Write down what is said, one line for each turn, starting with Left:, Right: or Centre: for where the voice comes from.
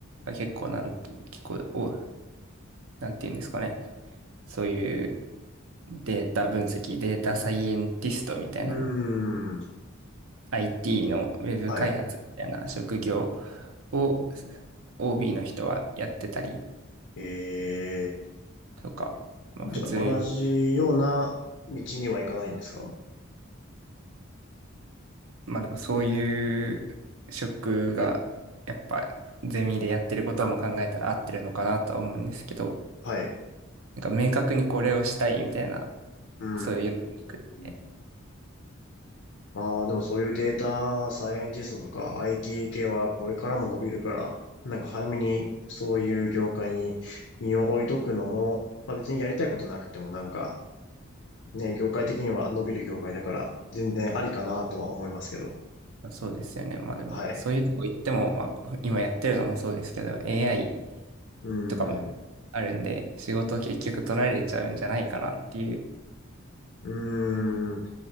Right: 結構なん、結構、お、なんていうんですかね。そういうデータ分析、データサイエンティストみたいな、
Left: うーん。
Right: IT のウェブ開発みたいな職業
Left: はい。
Right: を OB の人はやってたり
Left: ええー
Right: とか、まあ普通、
Left: じゃあ同じような道には行かないんですか
Right: まあでもそういう職がやっぱゼミでやってることも考えたら合ってるのかなとは思うんですけど、
Left: はい。
Right: なんか明確にこれをしたいみたいな、
Left: うー
Right: そういうのがなくて
Left: ん。ああ、でもそういうデータサイエンティストとか IT 系はこれからも伸びるから、なんか早めにそういう業界に身を置いとくのも、まあ別にやりたいことなくてもなんかね、業界的には伸びる業界だから全然ありかなとは思いますけど。
Right: そうですよね。まあでも、
Left: はい。
Right: そういうとこ行っても、まあ今やってるのもそうですけど、AI
Left: うーん。
Right: とかもあるんで、仕事を結局取られちゃうんじゃないかなっていう
Left: うーん。